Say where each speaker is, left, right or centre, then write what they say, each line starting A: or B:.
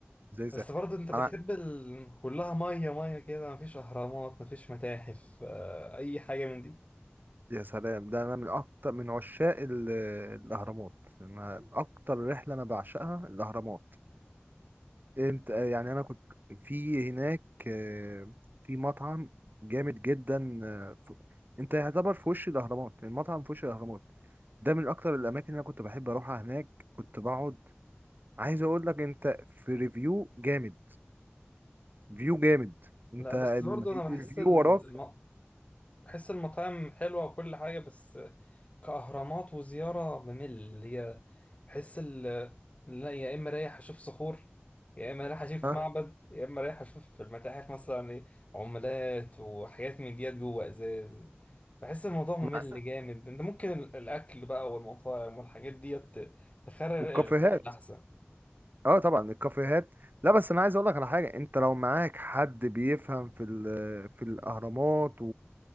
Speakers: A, on the right; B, on the left.
A: زي زي
B: بس برضه انت بتحب
A: انا
B: ال... كلها ميه ميه كده مفيش اهرامات مفيش متاحف آه، اي حاجه من دي
A: يا سلام ده انا من اكتر من عشاق ال- الاهرامات أنا اكتر رحلة انا بعشقها الاهرامات انت يعني انا كنت في هناك آه، في مطعم جامد جدا آه، ف- انت يعتبر في وش الاهرامات يعني المطعم في وش الاهرامات ده من اكتر الاماكن اللي انا كنت بحب اروحها هناك كنت بقعد عايز اقول لك انت في ريفيو جامد فيو جامد انت
B: لا
A: ال-
B: بس برضه انا بحس
A: الفيو
B: الم...
A: وراك
B: بحس المطاعم حلوه وكل حاجه بس كأهرامات وزيارة بمل هي بحس ال لا يا إما رايح أشوف صخور يا إما رايح أشوف
A: ها
B: معبد يا إما رايح أشوف في المتاحف مثلا إيه، عملات وحاجات من ديت جوه إزاز بحس الموضوع ممل
A: مع-
B: جامد أنت ممكن ال- الأكل بقى والمطاعم والحاجات ديت تخرر
A: والكافيهات
B: الرحلة أحسن
A: اه طبعا الكافيهات لا بس انا عايز اقول لك على حاجه انت لو معاك حد بيفهم في ال- في الاهرامات